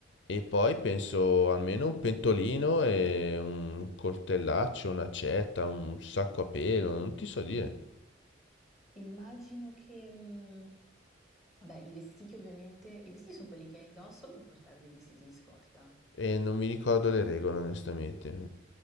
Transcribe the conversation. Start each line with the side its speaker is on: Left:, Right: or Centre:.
Left: E poi penso almeno un pentolino e un coltellaccio, un'accetta, un sacco a pelo, non ti so dire.
Centre: Immagino che... mm, Vabbè, i vestiti ovviamente... I vestiti sono quelli che hai indosso, puoi portare dei vestiti di scorta.
Left: E non mi ricordo le regole onestamente.
Centre: Ok.